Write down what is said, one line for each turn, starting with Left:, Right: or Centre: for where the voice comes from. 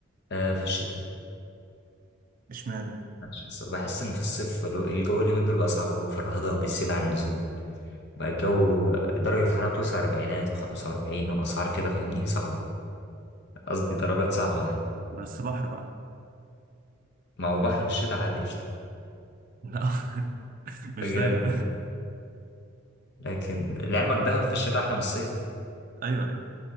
Left: آه في الشتاء
Right: اشمعنى يعني
Left: بحس بحس إن في الصيف الو- الجو اليومين دول بقى صعب أوي فرهضة وبتزيد عن اللزوم بقى الجو آه، درجة الحرارة بتوصل أربعينات وخمسة وأربعين وأسعار كده فاهمني صعبة قصدي درجات صعبة يعني
Right: بس بحر بقى
Left: ما هو بحر في الشتاء عادي قشطة
Right: لا <laughs> مش
Left: بجد
Right: دايما <laughs>
Left: لكن لعلمك دهب في الشتاء أحلى من الصيف
Right: ايوه ايوه